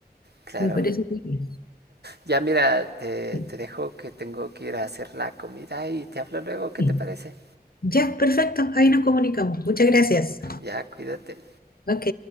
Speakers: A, on the right; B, on the left.
A: Claro.
B: me parece muy bien.
A: Ya mira, te,
B: Sí,
A: te dejo que tengo que ir a hacer la comida y te hablo luego, ¿qué
B: sí.
A: te parece?
B: Ya, perfecto, ahí nos comunicamos. Muchas gracias.
A: Ya, cuídate.
B: Ok.